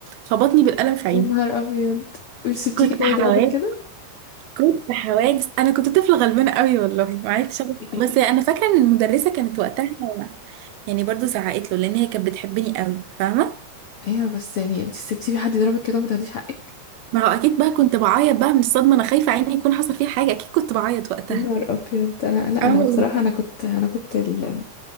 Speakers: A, on the right; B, on the left.
A: خبطني بالقلم في عيني
B: يا نهار ابيض مش سبتيه
A: كنت
B: كده
A: حوادث
B: يضربك كده
A: كنت حوادث انا كنت طفله غلبانه قوي والله ما عرفتش أعمل-
B: <laughs>
A: بس انا فاكره ان المدرسه كانت وقتها يعني برضو زعقت له لان هي كانت بتحبني قوي فاهمه
B: ايوه بس يعني انت سبتيه في حد يضربك كده وما تاخديش حقك
A: ما هو اكيد بقى كنت بعيط بقى من الصدمه انا خايفه عيني يكون حصل فيها حاجه اكيد كنت بعيط وقتها
B: يا نهار ابيض انا لا
A: اه
B: انا
A: والله
B: بصراحة انا كنت انا كنت ال-